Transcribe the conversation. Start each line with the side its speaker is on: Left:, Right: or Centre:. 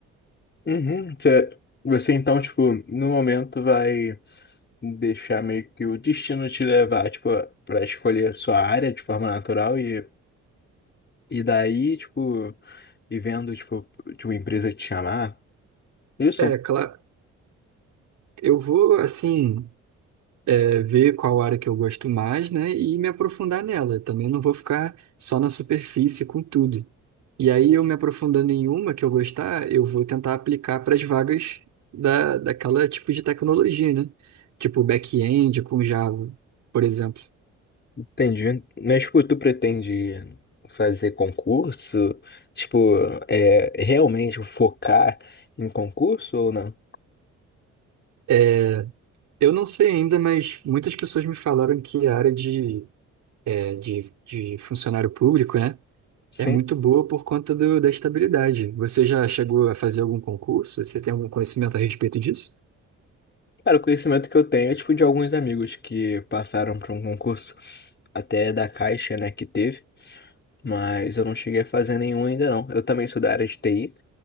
Left: Uhum, você, você então, tipo, no momento vai deixar meio que o destino te levar, tipo, pra escolher sua área de forma natural e, e daí, tipo, e vendo, tipo, de uma empresa te chamar. Isso?
Right: É, claro. Eu vou, assim. é, ver qual área que eu gosto mais, né, e me aprofundar nela. Também não vou ficar só na superfície com tudo. E aí, eu me aprofundando em uma que eu gostar, eu vou tentar aplicar para as vagas da, daquela tipo de tecnologia, né? Tipo back-end com Java, por exemplo.
Left: Entendi. Mas, tipo, tu pretende fazer concurso? Tipo, é, realmente focar em concurso ou não?
Right: É, Eu não sei ainda, mas muitas pessoas me falaram que a área de, é, de, de funcionário público, né,
Left: Sim.
Right: é muito boa por conta do, da estabilidade. Você já chegou a fazer algum concurso? Você tem algum conhecimento a respeito disso?
Left: Cara, o conhecimento que eu tenho é, tipo, de alguns amigos que passaram por um concurso até da Caixa, né, que teve, mas eu não cheguei a fazer nenhum ainda não. Eu também sou da área de TI